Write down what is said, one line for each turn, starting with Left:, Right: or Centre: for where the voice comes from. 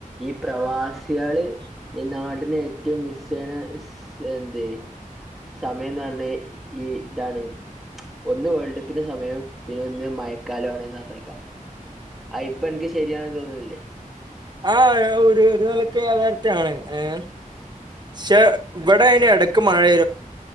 Centre: ഈ പ്രവാസികള് ഈ നാട് ന് ഏറ്റവും മിസ്സയ്ണ എന്ത് സമയനണ ഈതണൻ ഒന്ന് വേൾഡ് കപ്പിന്റെ സമയം പിന്നെ ഒന്ന് മയക്കാല ആണന്ന് അറിഞ്ഞയിക്കാം. ആയി ഇപ്പൊനക്ക് ശരിയയാണെന്ന് തോന്നണില്ലേ.
Right: ആ ഒരു ഒരു നിലക്ക് യാഥാർത്ഥ്യാണ് ഏ പക്ഷെ ഇവിടെ അയ്ന് ഇടക്. മഴ
Centre: ആഹ്